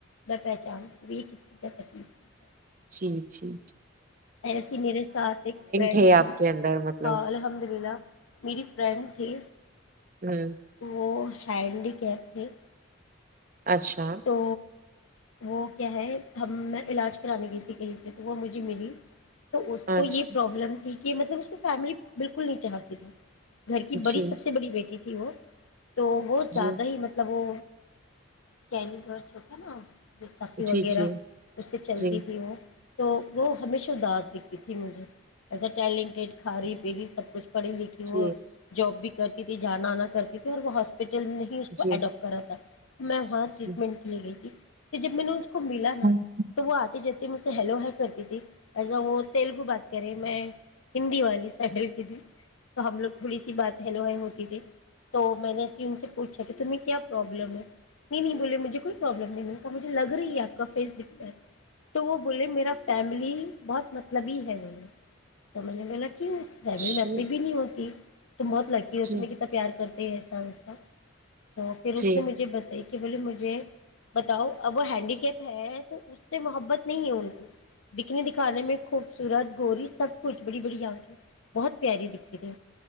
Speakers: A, on the left (about 85°); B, on the right (about 40°).
A: پہچان وہ کسم کا تکلیف ہوائے
B: جٹی جھیی
A: ایسیے میرے ساتھ ایک فرینڈ
B: ہے آپ
A: تھی
B: کے اندر مطلب
A: ہاں الحمد للہ میری فرینڈ تھی
B: ہ
A: وہ ہینڈییکیپ تھے
B: اچھا
A: تو وہ کیا ہے ہم میں علاج کرانے گئی تھی کہیں پہ تو وہ مجھے ملی تو اس کو
B: اچھا
A: یہ پرابلم کہ مطلب اس کو فیملی بالکل نہیں چاہتی تھی گھر کی
B: جی
A: بڑی سب سے بڑی بیٹی تھی ہی وہ تو وہہت
B: جی
A: زیادہ ہی مطلب وہ کیلی بس ہوتا نا بیساکھی
B: جی
A: وغیرہ
B: جی
A: اس سے چلتی
B: جی
A: تھی وہ تو وہ ہمیشہ اداس دکھتی تھی مجھے ایسے ٹیلنٹیڈ خارف پی بھی سب کچھ پڑی لیکن
B: جی
A: وہ
B: جی
A: جاب بھی کرتی تھی جانا آنا کرتی تھی اور وہ ہاسپٹل فلم ہی اس
B: جی
A: کو اڈاپٹ کرا تھا میں ہاں ٹریٹمنٹ
B: جی
A: کے لیے گئی تھی کہ ج مو کو ملا نا
B: ہوں
A: تو وہ آتے ج مجھ سے ہیلو ہی کرتی ت ایا وہ تیلگو بات کرے میں ہندی والی سائڈل کی تھی تو ہم لوگ تھوڑی سی بات ہیلو ہی ہوتی تھی تو میں نے ای ان سے پوچھا کہ تمہیں کیا پرابلم ہے نہیں ے مجھے کوئی پرابلم نہیں ما مجھے لگ رہی ہے آپ کا فیس دکھتا ہے تو وہ بولے میرا فیملی بہت مطلب ہی ہے م تو میں نے بلا کی اس فیملی
B: جی
A: میت بھی نہیں ہوتی تم بہت لکی ہو
B: جی
A: تمہ کتنا پار تسس تو پھر اس
B: جی
A: نے مجھے بتائی کہ م بتاؤ اب وہ ہینڈی کیپ ہے تو اس سے محبت نہیں ہے ان کو دکھنے دکھانے میں خوبصورت گوری سب کچھ بڑی بڑی آنکھیں بہت پیاری دکھتی تھی